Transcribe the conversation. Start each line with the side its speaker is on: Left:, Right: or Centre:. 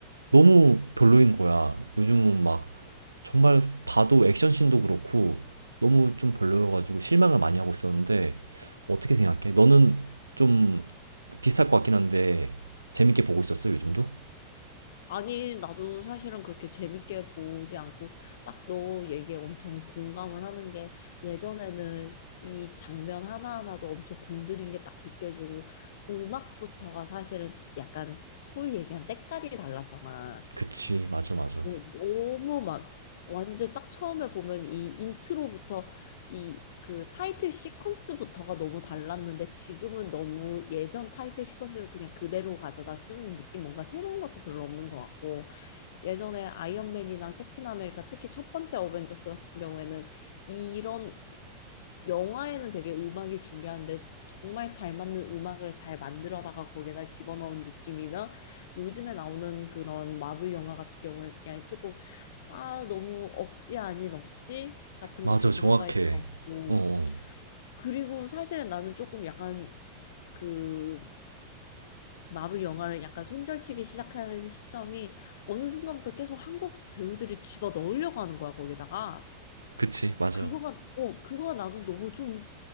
Right: 너무 별로인 거야. 요즘은 막 정말 봐도 액션씬도 그렇고 너무 좀 별로여가지고 실망을 많이 하고 있었는데 어떻게 생각해? 너는 좀 비슷할 것 같긴 한데 재밌게 보고 있었어, 요즘도?
Left: 아니, 나도 사실은 그렇게 재밌게 보지 않고 딱 너 얘기에 엄청 공감을 하는 게 예전에는 이 장면 하나하나도 엄청 공들인 게 딱 느껴지고 음악부터가 사실은 약간 소위 얘기한 때깔이 달랐잖아.
Right: 그치, 맞아, 맞아.
Left: 어, 너무 막 완전 딱 처음에 보면 이 인트로부터 이 그 타이틀 시퀀스부터가 너무 달랐는데 지금은 너무 예전 타이틀 시퀀스를 그냥 그대로 가져다 쓴 느낌 뭔가 새로운 것도 별로 없는 것 같고 예전에 아이언맨이나 캡틴 아메리카 특히 첫 번째 어벤져스 같은 경우에는 이런 영화에는 되게 음악이 중요한데 정말 잘 맞는 음악을 잘 만들어다가 거기에다 집어넣은 느낌이면 요즘에 나오는 그런 마블 영화 같은 경우에 그냥 조금 아 너무 억지 아닌 억지 같은
Right: 맞아,
Left: 것도
Right: 정확해.
Left: 들어가 있는 것 같고
Right: 어, 어.
Left: 그리고 사실 나는 조금 약간 그 마블 영화를 약간 손절치기 시작하는 시점이 어느 순간부터 계속 한국 배우들을 집어 넣으려고 하는 거야, 거기다가.
Right: 그치, 맞아.
Left: 그거가, 어, 그거가 나도 너무 좀